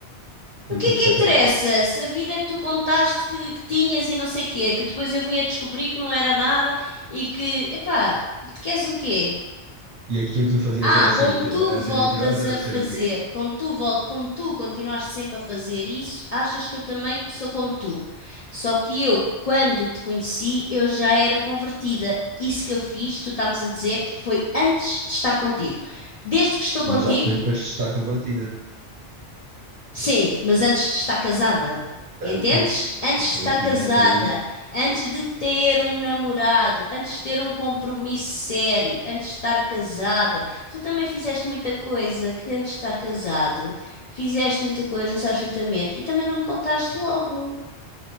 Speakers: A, on the left (about 50°); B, on the right (about 60°).
A: O
B: E
A: que
B: o teu
A: é que
B: defeito
A: interessa?
B: era o quê?
A: Se a vida que tu contaste que, que tinhas e não sei o quê, que depois eu vim a descobrir que não era nada e que, epá, tu queres o quê?
B: E aquilo que tu fazias
A: Ah,
B: era
A: como
B: ser o
A: tu
B: quê? Não era
A: voltas
B: ser mentirosa,
A: a
B: era
A: fazer,
B: ser o quê?
A: como tu volta, como tu continuaste sempre a fazer isso, achas que eu também sou como tu. Só que eu, quando te conheci, eu já era convertida. Isso que eu fiz, tu estavas a dizer, foi antes de estar contigo. Desde que estou contigo,
B: Mas já foi depois de estar convertida.
A: Sim, mas antes de estar casada.
B: Portanto,
A: Entendes? Antes
B: comprometimento
A: de estar casada,
B: aí.
A: antes de ter um namorado, antes de ter um compromisso sério, antes de estar casada, tu também fizeste muita coisa que antes de estar casado, fizeste muita coisa, sabes perfeitamente, e também não me contaste logo,